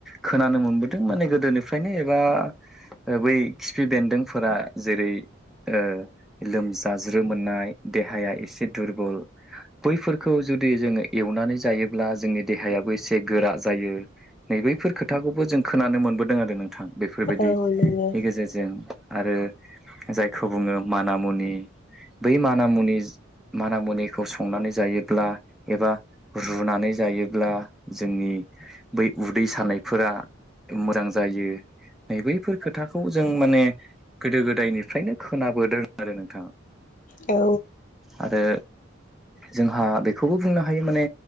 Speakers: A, in the centre; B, on the left.
A: खोनानो मोनबोदों माने गोदोनिफ्रायनो एबा बै खिफि बेन्दोंफोरा जेरै ओ लोमजाज्रोम मोननाय देहाया एसे दुरबल बैफोरखौ जुदि जोङो एवनानै जायो ब्ला जोंनि देहायाबो एसे गोरा जायो नै बैफोर खोथाखौबो जों खोनानो मोनबोदों आरो नों थां बेफोरबायदिनि
B: औ नोंगो
A: गेजेरजों आरो जायखौ बुङो मानामुनि बै मानामुनि माना मुनिखौ संनानै जायो ब्ला एबा रुनानै जायोब्ला जोंनि बै उदै सानायफोरा मोजां जायो नै बैफोर खोथाखौ जों माने गोदो गोदायनिफ्रायनो खोनाबोदों आरो नोंथां।
B: औ
A: आरो जोंहा बेखौबो बुंनो हायो माने